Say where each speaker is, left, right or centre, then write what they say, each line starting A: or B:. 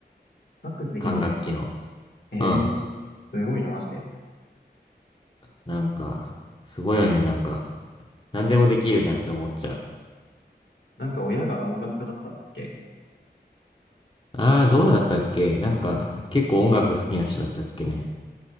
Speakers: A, on the left; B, on the left.
A: サックスできんの
B: 管楽器の。
A: ええすごいな、
B: うん。
A: マジで。
B: なんか、すごいよね、なんか。何でもできるじゃんって思っちゃう。
A: なんか親が音楽家だったんだっけ
B: ああ、どうだったっけなんか、結構音楽好きな人だったっけね。